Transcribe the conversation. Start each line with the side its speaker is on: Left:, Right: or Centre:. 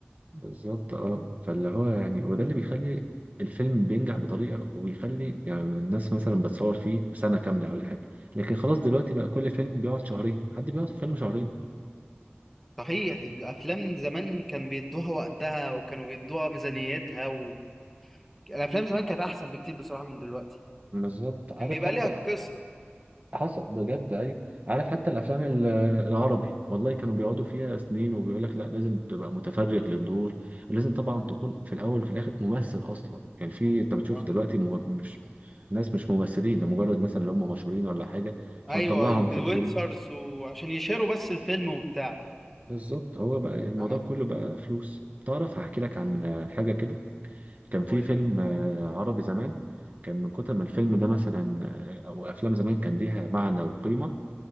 Right: بالظبط اه فاللي هو يعني وده اللي بيخلي الفيلم بينجح بطريقة وبيخلي يعني الناس مثلا بتصور فيه سنة كاملة ولا حاجة لكن خلاص دلوقتي بقى كل فيلم بيقعد شهرين حد بيقعد في فيلم شهرين
Centre: صحيح الافلام زمان كان بيدوها وقتها
Right: مم.
Centre: وكانوا بيدوها ميزانيتها و... الافلام زمان كانت احسن بكتير بصراحة من دلوقتي
Right: بالظبط عارف
Centre: كان بيبقى
Right: حتى
Centre: ليها قصة
Right: حصل بجد ايوه عارف حتى الافلام ال- العربي والله كانوا بيقعدوا فيها سنين وبيقول لك لا لازم تبقى متفرغ للدور ولازم طبعا تكون في الاول وفي الاخر ممثل اصلا يعني في انت بتشوف
Centre: اه
Right: دلوقتي مم... مش ناس مش ممثلين لمجرد مثلا اللي هم مشهورين ولا حاجه فنطلعهم
Centre: ايوه انفلونسرز
Right: في الفيلم
Centre: وعشان يشيروا بس الفيلم وبتاع
Right: بالظبط هو بقى الموضوع
Centre: آه،
Right: كله بقى فلوس تعرف هحكي لك عن حاجه كده كان في
Centre: قول
Right: فيلم
Centre: لي
Right: آه، عربي زمان كان من كتر ما الفيلم ده مثلا آه، او افلام زمان كان ليها معنى وقيمه